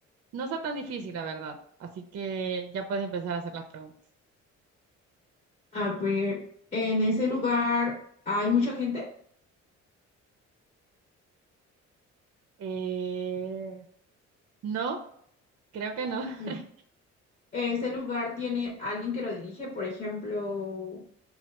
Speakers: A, on the right; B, on the left.
A: No está tan difícil, la verdad. Así que ya puedes empezar a hacer las preguntas.
B: A ver, ¿en ese lugar hay mucha gente?
A: Eh, no, creo que no.
B: No.
A: <laughs>
B: ¿Ese lugar tiene alguien que lo dirige? Por ejemplo,